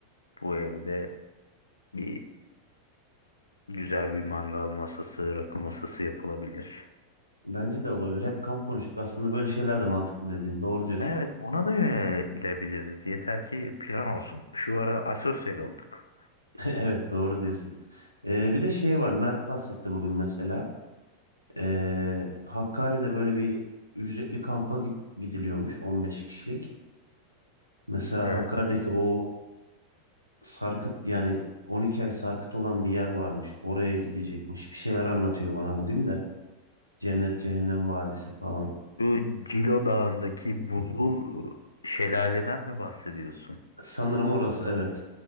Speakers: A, on the left; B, on the right.
A: bu evde bir güzel bir mangal masası, rakı masası yapılabilir.
B: Bence de olabilir. Hep kamp konuştuk. Aslında böyle şeyler de mantıklı dediğin. Doğru diyorsun.
A: Evet buna da yönelebiliriz. Yeter ki plan olsun. Şu ara asosyal olduk.
B: <laughs> Evet doğru diyorsun. Ee, bir de şey var. Mert bahsetti bugün mesela. Ee, Hakkari'de böyle bir ücretli kampa git- gidiliyormuş. on beş kişilik. Mesela
A: Evet.
B: Hakkari'deki o sarkıt yani 12 ay sarkıt olan bir yer varmış. Oraya gidecekmiş. Bir şeyler anlatıyor bana bugün de. Cennet Cehennem Vadisi falan.
A: Bu Cilo Dağı'ndaki buzul e, şelaleden mi bahsediyorsun?
B: Sanırım orası evet.